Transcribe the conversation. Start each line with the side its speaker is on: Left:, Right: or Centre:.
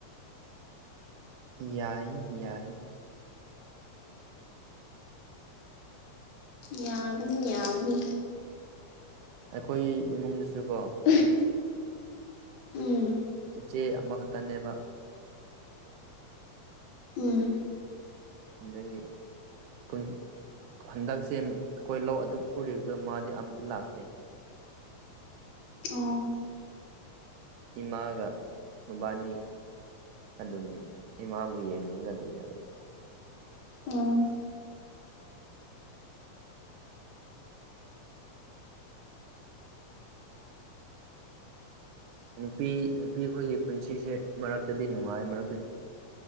Right: ꯌꯥꯏ ꯌꯥꯏ
Left: ꯌꯥꯕꯅꯤ ꯌꯥꯕꯅꯤ
Right: ꯑꯩꯈꯣꯏ ꯏꯃꯨꯡꯗꯁꯨ ꯀꯣ
Left: <unintelligible> ꯎꯝ
Right: ꯏꯆꯦ ꯑꯃꯈꯛꯇꯅꯦꯕ
Left: ꯎꯝ
Right: ꯑꯗꯨꯒꯤ ꯀꯨꯝ ꯍꯟꯗꯛꯁꯦ ꯑꯩꯈꯣꯏ ꯂꯧ ꯑꯗꯨꯛ ꯁꯨꯔꯤꯕꯗꯣ ꯃꯥꯗꯤ ꯑꯝꯇ ꯂꯥꯛꯇꯦ
Left: ꯑꯣ
Right: ꯏꯃꯥꯒ ꯃꯕꯥꯟꯅꯤ ꯑꯗꯨꯝ ꯏꯃꯥꯕꯨ ꯌꯦꯡꯉꯒ ꯑꯗꯨꯝ ꯂꯩ
Left: ꯎꯝ
Right: ꯅꯨꯄꯤ ꯅꯨꯄꯤ ꯈꯣꯏꯒꯤ ꯄꯨꯟꯁꯤꯁꯦ ꯃꯔꯛꯇꯗꯤ ꯅꯨꯡꯉꯥꯏ ꯃꯔꯛꯇ